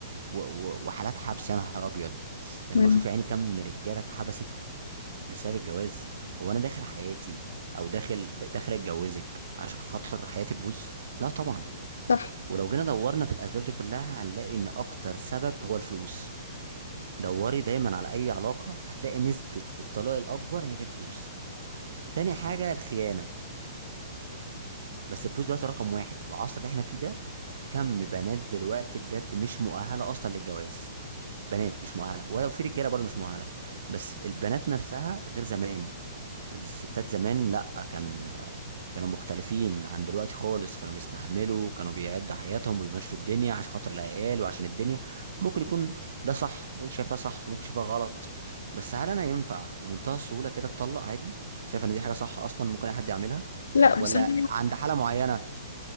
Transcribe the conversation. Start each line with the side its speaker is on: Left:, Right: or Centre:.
Right: و... و- وحالات حبس يا نهار ابيض ده
Left: مم.
Right: انا بشوف يعني كم رجاله اتحبست بسبب الجواز هو انا داخل حياتي او داخل د- داخل اتجوزك عشان خاطر حياتي تبوظ لا طبعا
Left: صح
Right: ولو جينا دورنا في الاسباب دي كلها هنلاقي ان اكتر سبب هو الفلوس دوري دايما على اي علاقه هتلاقي نسبه الطلاق الاكبر هي كانت فلوس تاني حاجه الخيانه بس الفلوس دلوقتي رقم واحد في العصر اللي احنا فيه ده كم بنات دلوقتي بجد مش مؤهله اصلا للجواز بنات مش مؤهله ولا في رجاله برضه مش مؤهله بس البنات نفسها غير زمان الستات زمان لا كان كانوا مختلفين عن دلوقتي خالص كانوا بيستحملوا كانوا بيعدوا حياتهم ويمشوا الدنيا عشان خاطر العيال وعشان الدنيا ممكن يكون ده صح شايفاه صح ممكن شايفاه غلط بس هل انا ينفع بمنتهى السهولة كده اتطلق عادي شايف ان دي حاجة صح اصلا ممكن اي حد يعملها
Left: لا
Right: ولا
Left: بصراحة
Right: عند حالة معينة